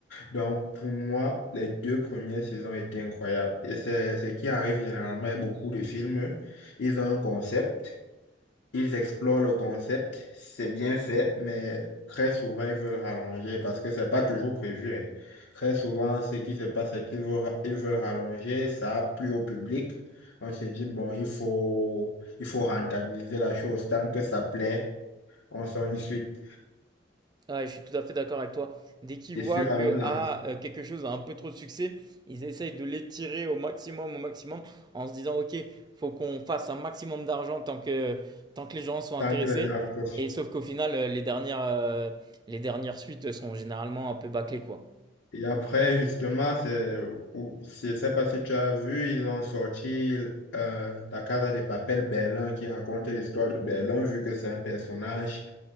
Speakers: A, on the left (about 80°); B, on the right (about 25°).
A: Donc, pour moi, les deux premières saisons étaient incroyables. Et c'est ce qui arrive généralement avec beaucoup de films. Ils ont un concept, ils explorent le concept, c'est bien fait, mais très souvent, ils veulent rallonger parce que c'est pas toujours prévu. hein. Très souvent, ce qui se passe, c'est qu'ils veulent, ils veulent rallonger, ça a plu au public. On se dit, bon, il faut, il faut rentabiliser la chose. Tant que ça plaît, on sort une suite.
B: Ah, je suis tout à fait d'accord avec toi. Dès qu'ils
A: Et
B: voient
A: sur
B: que
A: la même lance,
B: ah, euh, quelque chose a un peu trop de succès, ils essayent de l'étirer au maximum, au maximum, en se disant, OK, faut qu'on fasse un maximum d'argent tant que, tant que les gens sont
A: tant
B: intéressés.
A: que les gens accrochent.
B: Et sauf qu'au final, euh, les dernières, euh, les dernières suites sont généralement un peu bâclées, quoi.
A: Et après, justement, c'est, ou- je sais pas si tu as vu, ils ont sorti euh, La Casa de Papel Berlin qui raconte l'histoire de Berlin, vu que c'est un personnage